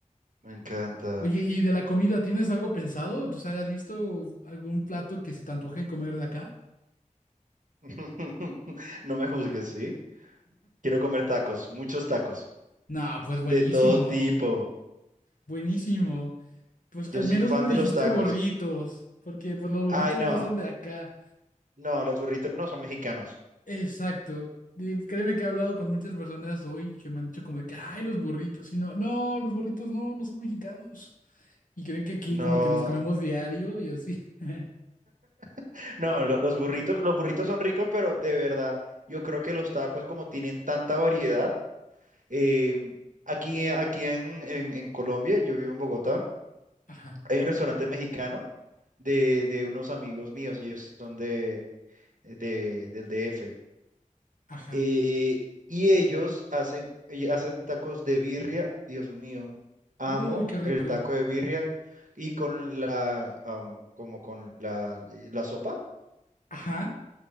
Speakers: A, on the right; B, on the left.
A: me encanta.
B: Oye, ¿y de la comida tienes algo pensado? ¿Tú sabes, has visto algún plato que se te antoje comer de acá?
A: <laughs> No me juzgues, ¿sí? Quiero comer tacos, muchos tacos,
B: No, pues buenísimo,
A: de todo tipo.
B: buenísimo. Pues
A: Yo
B: al
A: soy
B: menos
A: fan
B: no me
A: de
B: dijiste
A: los tacos.
B: burritos, porque pues los burritos
A: Ay, no,
B: no son de acá.
A: no, los burritos no son mexicanos.
B: Exacto. Y créeme que he hablado con muchas personas hoy que me han dicho como de que, ay, los burritos, y no, no, los burritos no, no son mexicanos. Y creen que aquí
A: No,
B: como que los comemos diario y así. <laughs>
A: <laughs> no, lo- los burritos, los burritos son ricos, pero de verdad, yo creo que los tacos como tienen tanta variedad Eh, aquí aquí en, en- en Colombia, yo vivo en Bogotá,
B: Ajá,
A: hay un restaurante mexicano de, de unos amigos míos, ellos son de, de- del DF.
B: ajá.
A: eh, y ellos hacen, ellos hacen tacos de birria, Dios mío, amo
B: Uy, qué rico.
A: el taco de birria y con la, am, como con la, la sopa,
B: Ajá.